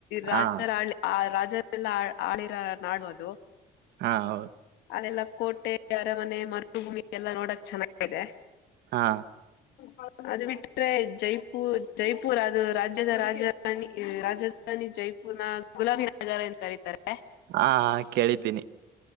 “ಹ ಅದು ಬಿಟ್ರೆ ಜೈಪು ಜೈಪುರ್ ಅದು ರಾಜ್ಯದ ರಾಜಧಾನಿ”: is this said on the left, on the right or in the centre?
Left